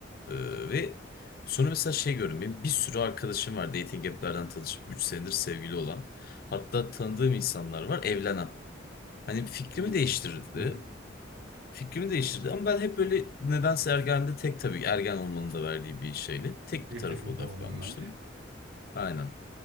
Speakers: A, on the left; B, on the right.
A: Ee, ve sonra mesela şey gördüm. Benim bir sürü arkadaşım var dating app'lerden tanışıp 3 senedir sevgili olan. Hatta tanıdığım insanlar var evlenen. Hani fikrimi
B: Olur
A: değiştirdi.
B: yani. Hı hı.
A: Fikrimi değiştirdi ama ben hep böyle nedense ergenliğimde tek tabii ergen olmanın da verdiği bir şeyle tek
B: Bir
A: bir tarafa
B: takım
A: odaklanmıştım.
B: hormonlar.
A: Aynen.